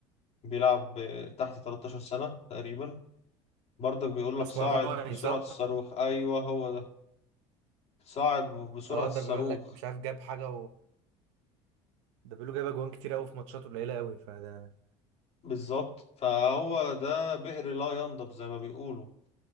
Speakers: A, on the left; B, on the right.
A: بيلعب آه، تحت 13 سنة تقريبا برضك بيقول لك
B: اسمراني
A: صاعد بسرعة
B: صح
A: الصاروخ ايوه هو ده صاعد بسرعة
B: اه
A: الصاروخ
B: ده بيقول لك مش عارف جاب حاجه ده بيقولوا جايب اجوان كتير قوي في ماتشات قليله قوي فده
A: بالظبط فهو ده بئر لا ينضب زي ما بيقولوا